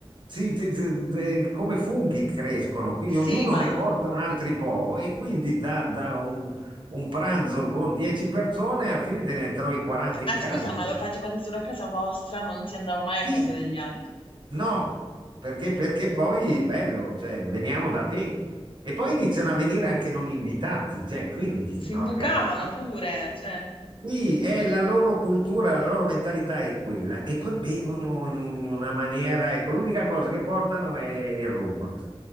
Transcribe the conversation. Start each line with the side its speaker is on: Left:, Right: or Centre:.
Right: Sì, sì, sì, eh, come funghi crescono, quindi ognuno
Left: Sì, ma,
Right: ne porta un altro po' e quindi da, da un, un pranzo con 10 persone alla fine te ne trovi 40
Left: ma
Right: in
Left: scusa,
Right: casa.
Left: ma lo facevate solo a casa vostra, non si andava mai
Right: Sì,
Left: a casa degli altri.
Right: no, perché, perché poi bello, cioè veniamo da te. E poi iniziano a venire anche non invitati, cioè, quindi dici
Left: Si
Right: no
Left: imbucavano
Right: ragazzi, no,
Left: pure, cioè.
Right: Sì, è la loro cultura, la loro mentalità è quella e poi bevono in un- una maniera, ecco, l'unica cosa che portano è il rum.